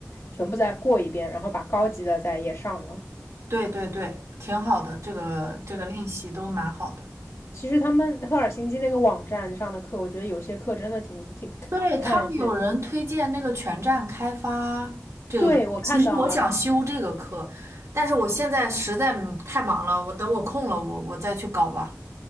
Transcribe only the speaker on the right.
对对对，挺好的，这个这个练习都蛮好的。
对，他们有人推荐那个全站开发这个课其实我想修这个课，
但是我现在实在太忙了，我等我空了，我我再去搞吧。